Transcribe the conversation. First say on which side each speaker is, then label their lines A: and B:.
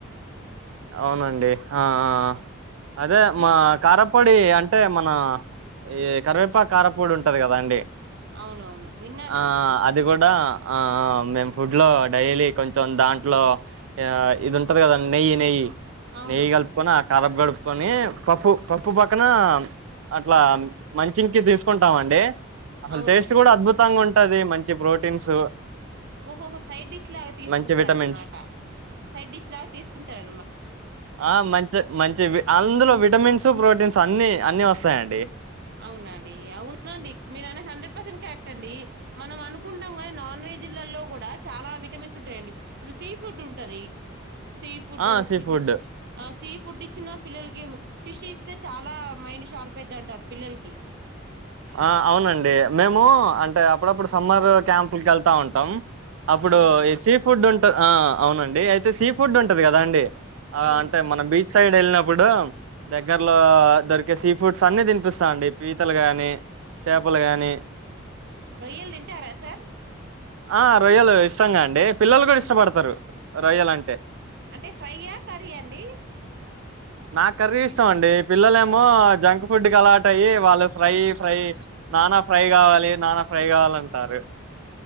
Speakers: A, on the right (about 80°); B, on the right (about 55°).
A: అవునండి ఆ ఆ అదే
B: మీ
A: మా కారం పొడి అంటే అంటే మన ఈ కరివేపాకు కారంపోడి ఉంటది కదా అండి
B: అవునవును విన్నానండి
A: ఆ అది కూడా మేము ఫుడ్ లో డైలి కొంచెం దాంట్లో ఇది ఉంటది కద అండి నెయ్యి
B: అవునవును
A: నెయ్యి గల్పుకోని కారబ్ గడు కని పప్పు పప్పు పక్కన అట్లా మంచింగ్ కి తీసుకుంటాం అండి అసలు
B: అవునండి
A: టేస్ట్ కూడ అద్భుతంగ ఉంటది మంచి మంచి ప్రోటీన్స్
B: ఓహోహో సైడ్ డిష్ లాగా తీసుకుంటారు
A: మంచి విటమిన్స్
B: అన్నమాట. సైడ్ డిష్ లాగా తీసుకుంటారు.
A: ఆ మంచి మంచి వి అందులో విటమిన్స్ ప్రోటీన్స్ అన్ని అన్ని వస్తాయండి
B: అవునండి అవునండి మీరన్నది హండ్రెడ్ పర్సెంట్ కరెక్ట్ అండి మనం అనుకుంటాం కాని, నాన్ వెజ్లలో కూడ చాల విటమిన్స్ ఉంటాయండి. ఇప్పుడు సీ ఫుడ్ ఉంటది సీ ఫుడ్
A: ఆ సీ
B: ఇపుడు
A: ఫుడ్
B: సీ ఫుడ్ ఇచ్చిన పిల్లలకి ఫిష్ ఇస్తే, చాలా మైండ్ షార్ప్ అయిద్ది అంటారు. పిల్లలకి
A: ఆ అవునండి మేము అంటే అప్పుడప్పుడు సమ్మర్ క్యాంపులకి వెళ్తా ఉంటాం. అప్పుడు
B: అవునండి
A: ఈ సీ ఫుడ్ ఉంటె ఆ అవునండి అయితే సీ ఫుడ్ ఉంటది కదా అండి ఆ
B: అవును
A: అంటే మన బీచ్ సైడ్ వెళ్ళినప్పుడ్ ఇప్పుడు దగ్గర్లో దొరికే సీ ఫుడ్స్ అన్ని తినిపిస్తా అండి పీతలు గాని చేపలు గాని
B: రొయ్యలు తింటారా సార్
A: ఆ రొయ్యలు ఇష్టంగా అండి పిల్లలు కూడా ఇష్టపడతారు. రొయ్యలు అంటె
B: అంటే ఫ్రైయా కర్రీ అండి
A: నాకు కర్రీ ఇష్టం అండి పిల్లలు ఏమో జంక్ ఫుడ్ కి అలవాటయి వాళ్ళు ఫ్రై ఫ్రై నానా ఫ్రై కావాలి నానా ఫ్రై కావాలంటారు.